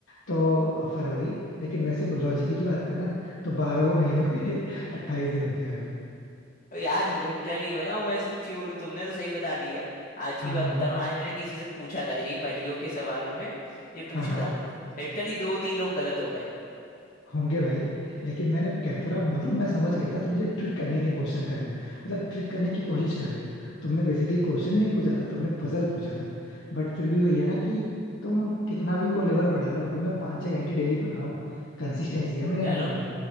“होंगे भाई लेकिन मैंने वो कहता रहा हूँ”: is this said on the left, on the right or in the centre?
Left